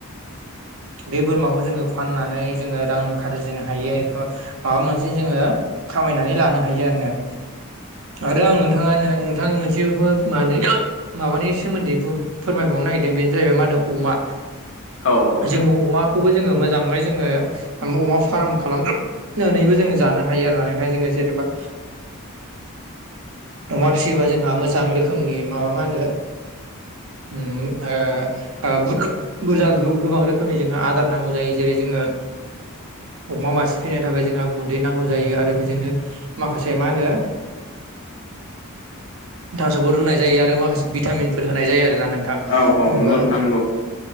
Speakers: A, on the right; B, on the left.
A: बे बोरमाखौ जोङो फाननानै जोङो रां आरजिनो हायो एबा माबा मोनसे जोङो खामायनानै लानो हायो आरो आरो आं नोंथाङानो नोंथांनि मोनसेबो मा होनो माबानि सोमोन्दै बु फोरमायबावनो नागिरदों बेनो जाहैबाय मा होनो अमा
B: औ औ नोंथां
A: जोङो अमाखौबो जोङो मोजाङै जोङो अमा फार्म खालाम नानैबो जोङो जानो हायो आरो ना नोंथां जोङो जेनेबा अमा फिसियोबा जोंहा मोजां रोखोमनि माबा मा होनो उम ओ ओ बुर-बुरजा गो-गोबां रो खोमै जोंहा आदार नांगौ जायो जेरै जोङो अमा मासे फिसिनो थाखाय जोंहा गुन्दै नांगौ जायो आरो बेजोंनो माखासे मा होनो थास'बो रुनाय जायो आरो माखासे भिटामिनफोर होनाय जायो आरोना नों थां
B: औ औ
A: जेनेबा
B: नंगौ नोंथां नंगौ